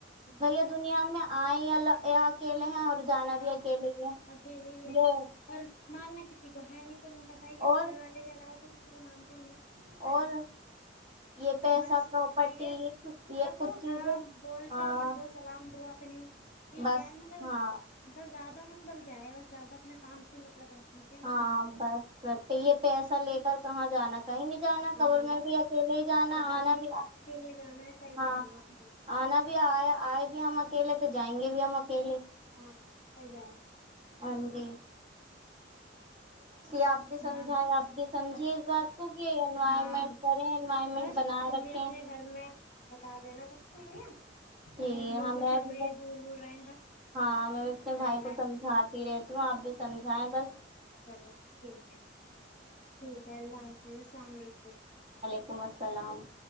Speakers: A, on the right; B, on the left.
A: بھیا دنیا میں آئے الگ یہ اکیلے ہیں اور جانا
B: ہاں
A: بھی اکیلے ہی ہے
B: اکیلیے ہی ہے
A: یہ
B: اور ماننا ک تو ہے ن تو میں بائی یہ
A: اور
B: ابر والے گلا ہو تو کو مانتی ہیں ن
A: اور
B: ے م
A: یہ
B: تو
A: پیسہ
B: بس
A: پراپرٹی
B: میں یہ
A: یہ
B: رکھو
A: کچھ چیزیں
B: ہاں بول
A: ہاں
B: چال رکھو سلام دا اپنی ٹھیک
A: بس
B: ہے مگر
A: ہاں
B: ا زیادہ م مطلب کیا ہے بس زیادہ اپنے کام سے مطلب رکھنا چاہیے انسان
A: ہاں
B: کو
A: بس پ یہ پیسہ لے کر کہاں جانا کہیں نہیں جانا
B: ہاں
A: کبور میں
B: اور
A: بھی اکیلے ہی جانا
B: خبر
A: آنا
B: میں
A: بھی
B: کے لیے جانا ہے صحیح
A: ہاں
B: کہہ رہی ہے
A: آنا بھی آئے آئے بھی ہم اکیلے تو جائیں گ بھی ہم کے
B: ہاں صحیح کہہ
A: انی آپ بھی
B: ہ ہاں
A: سمجھائیے آپ بھی سمجھیے اس بات کو کہ انوائرمنٹ
B: ہاں
A: کریں انوائرمنٹ
B: اور
A: بنائے
B: تم
A: رکھیں
B: بھی اپنے گھر میں بتا دینا سکتے بھیا
A: جی
B: کہ لوگو
A: ہمیں
B: چل
A: بھی
B: رہی
A: بس
B: ہے دور دور رہے ہیں بس
A: ہاں میں بھی اپنے
B: بڑھیا
A: بھائی کو سمجھاتی
B: ہے
A: رہتی ہوں آپ بھی سمجھائیں بس اف <unintelligible>
B: چلو ٹھیک ہے ٹھیک ہے اللہ حافظ السلام علیکم
A: علکم السلام